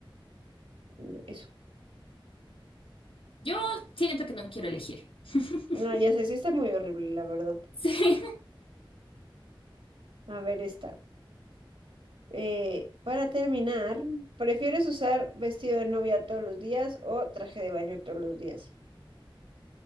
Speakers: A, on the right (about 75°); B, on the left (about 80°).
A: no, eso.
B: Yo siento que no quiero elegir. <laughs>
A: No, ya sé, sí está muy horrible, la verdad.
B: Sí.
A: A ver, esta. Eh, para terminar, ¿prefieres usar vestido de novia todos los días o traje de baño todos los días?